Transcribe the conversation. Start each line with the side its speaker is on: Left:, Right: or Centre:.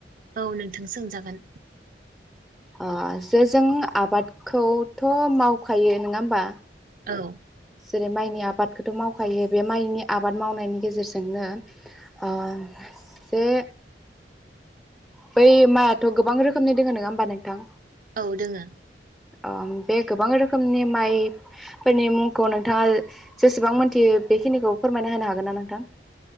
Right: औ नोंथां सो सोंजागोन
Centre: ओ जे जों आबादखौ थ मावखायो नोङा होमबा?
Right: औ
Centre: जेरै माइनि आ बादखौथ मावखायो बे माइनि आबाद मावनायनि गेजेरजोंनो ओ जे बै माइआथ गोबां रोखोमनि दोङो नोङा होमबा नोंथां?
Right: औ दोङो
Centre: अ बे गोबां रोखोमनि माइ फोरनि मुंखौ नोंथाङा जेसेबां मोनथियो बेखिनिखौ फोरमायना होनो हागोन ना नोंथां?